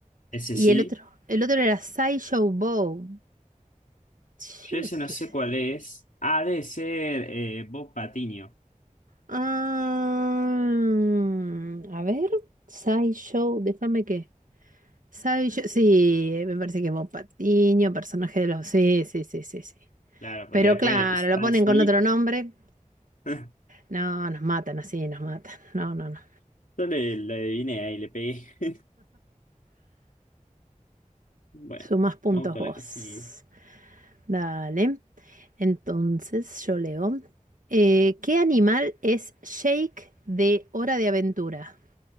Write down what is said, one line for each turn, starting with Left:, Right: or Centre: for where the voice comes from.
Left: ese
Right: Y
Left: sí.
Right: el otro, el otro era Sideshow Bob. Che,
Left: Yo ese no
Right: ¿qué
Left: sé
Right: es?
Left: cuál es. Ha de ser eh, Bob Patiño.
Right: Ah, a ver, Sideshow, déjame que. Sideshow, sí, me parece que es Bob Patiño, personaje de los. Sí, sí, sí, sí, sí.
Left: Claro, porque
Right: Pero
Left: después
Right: claro,
Left: Stan
Right: lo ponen
Left: Smith.
Right: con otro nombre.
Left: <laughs>
Right: No, nos matan así, nos matan. <laughs> No, no, no.
Left: Yo le, le adiviné ahí, le pegué. <laughs> Bueno,
Right: Sumas puntos
Left: vamos con
Right: vos.
Left: la que sigue.
Right: Dale. Entonces yo leo. Eh, ¿qué animal es Shake de Hora de Aventura?